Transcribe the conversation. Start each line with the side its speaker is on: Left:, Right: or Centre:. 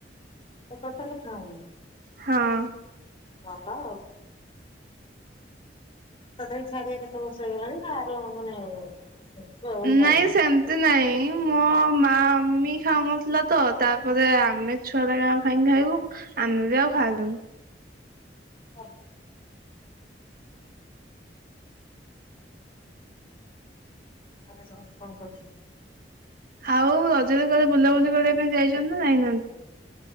Left: ପ ଟୋଟ ଲ ଖାଣନ୍ତି
Right: ହଁ
Left: ଭଲ ତତ ବି ଛାଡିଆ କେତ ବସେଇ ଗଲାଣି ଖାର ମାନେ ଛୁଆ ବେଳୁ ଖାଉନ?
Right: ନାଇଁ ସେମତି ନାଇଁ ମୋ ମା ମମି ଖାଉନଥିଲା ତ ତାପରେ ଆମେ ଛୁଆ ଟାଉ ଖାଇକି ଖାଇବୁ ଆମେ ବି ଆଉ ଖାଉ ଚାଲୁ
Left: ହ ଆରେ ସମସ୍ତେ କଣ କରୁଛନ୍ତି
Right: ଆଉ ରଜରେ କରେ ବୁଲାବୁଲି କରିବା ପାଇଁ ଯାଇଛନ୍ତି ନା ନାଇଁନାହାନ୍ତି